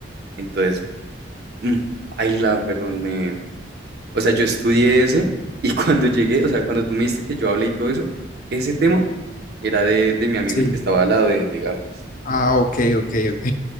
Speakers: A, on the right (about 60°); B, on the left (about 45°).
A: Entonces, mm, paila, perro, me, O sea, yo estudié ese y <laughs> cuando llegué, o sea, cuando tú me dijiste que yo hablé y todo eso, ese tema era de, de mi amigo
B: Sí.
A: el que estaba al lado de, de gafas.
B: Ah, ok, ok, ok.